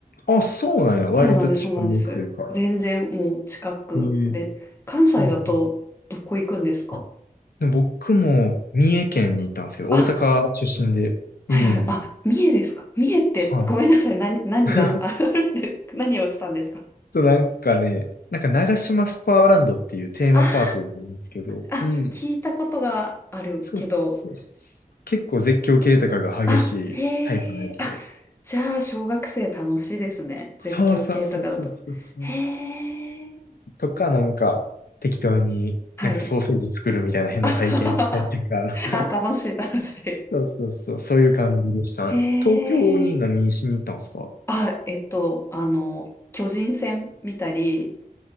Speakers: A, on the left; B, on the left.
A: あ、そうなんや。割と近めというか。
B: そうなんです、そうなんです。全然もう近くで、
A: えー
B: 関西だとどこ行くんですか
A: はいはい。あで僕も三重県に行ったんですけど、
B: あ、
A: 大阪出身で三重に。
B: はいはい、あ、三重ですか三重って、
A: はい。
B: ごめんなさい、何、何が
A: <laughs>
B: <laughs> あるんで、何をしたんですか
A: と、なんかね、なんか長島スパーランドっていうテーマパークがあるんですけど、
B: あーあ、
A: うん。
B: 聞いたことがあるけど、
A: そうそうそうそう。結構絶叫系とかが激しいタイプのやつで。
B: あ、へえ、あ、じゃあ小学生楽しいですね。絶叫系とかだと。
A: そうそうそうそうそうそう。
B: へえ、
A: とか、なんか、適当になんかソーセージ作るみたいな変な体験したりとか。
B: はい。<laughs> あ
A: <laughs>
B: あ、楽しい、楽しい。
A: そうそうそう。そういう感じでしたね。
B: へ
A: 東京に何しに行ったんですか
B: え。あ、えっと、あの、巨人戦見たり、